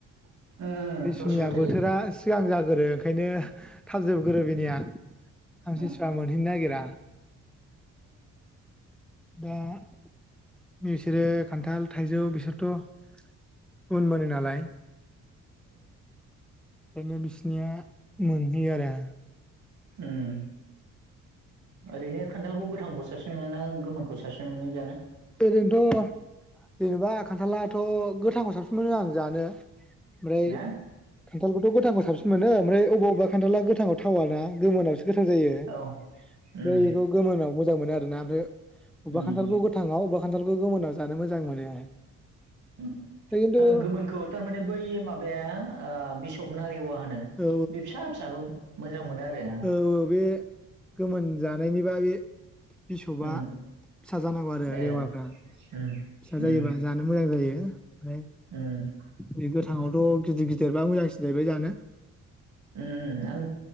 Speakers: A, on the right; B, in the centre.
A: उम
B: लिसुनिया
A: दसेल' थायो
B: बोथोरा सिगां जागोरो ओंखायनो थाबजोबगोरो बेनिया। आमसिसुवा
A: ओरैनो
B: मोनहैनो नायगिरा माने निसोरो खान्थाल, थाइजौ बिसोरथ' उन मोनो नालाय। बेनो <unintelligible> बिसनिया मोनहैयो आरो।
A: उम ओरैनो खान्थालखौ गोथांखौ साबसिन मोनोना गोमोनखौ साबसिन मोनो जानो?
B: ओरैनोथ' जेनेबा खान्थालाथ' गोथांखौ साबसिन मोनो आं जानो। ओमफ्राय
A: ना
B: खा खान्थालखौथ' गोथांखौ साबसिन मोनो ओमफ्राय अबा अबा खान्थाला गोथाङाव थावा ना गोमोनावसो गोथाव जायो ओमफ्राय
A: औ उम
B: बेखौ गोमोनाव मोजां मोनो आरोना ओमफ्राय बबेबा
A: उम
B: खान्थालखौ गो गोथाङाव अबेबा खान्थालखौ गोमोनाव जानो मोजां मोनो
A: उम
B: खिन्थु
A: गोमोनखौ थारमाने बै माबाया बिसब नारि अवा होनो
B: औ
A: बे बिसा फिसाखौ मोजां मोनो आरो।
B: ओ ओ बे गोमोन जानायनिबा बे बिसबआ
A: उम
B: फिसा जानांगौ आरो
A: ए
B: रेवाफ्रा।
A: उम
B: फिसा
A: उम
B: जायोबा जानो मोजां जायो ओमफ्राय
A: उम
B: बे गोथाङावथ' गिदिर गिदिरबा मोजांसिन जाहैबाय जानो।
A: ओम ओम आं